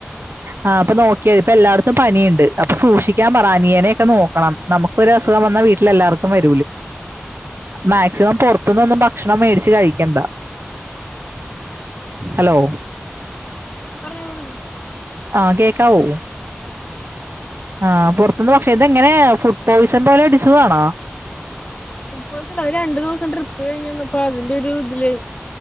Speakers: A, on the right (about 65°); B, on the left (about 30°).
A: ആ അപ്പൊ നോക്കിയാതി ഇപ്പൊ എല്ലായിടത്തും പനിയുണ്ട് അപ്പൊ സൂക്ഷിക്കാൻ പറാ അനിയനൊക്കെ നോക്കണം. നമുക്കോരുസുഖം വന്ന വീട്ടെല്ലാർക്കും വരും. മാക്സിമം പുറത്തുന്നൊന്നും ഭക്ഷണം മേടിച്ചു കഴിക്കണ്ട. ഹലോ.
B: പറഞ്ഞോ പറ
A: ആ കേൾക്കാവോ? ആഹ പുറത്തുനിന്ന് ക്ഷെ ഇതെങ്ങനെയ ഫുഡ് പോയ്സൺ പോലെ ഇടിച്ചതാണോ?
B: യിസം ഒരു രണ്ടുസം ട്രിപ്പ് കഴിഞ് വന്നപ്പോ അതിന്റെരു ഇതില്